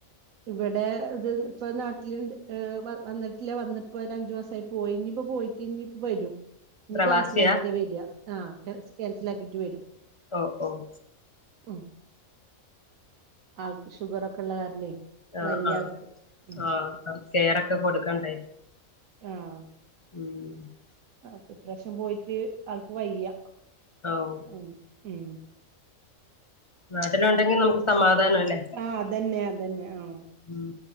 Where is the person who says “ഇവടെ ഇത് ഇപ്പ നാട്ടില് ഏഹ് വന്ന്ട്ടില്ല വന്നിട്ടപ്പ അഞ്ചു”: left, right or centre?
Right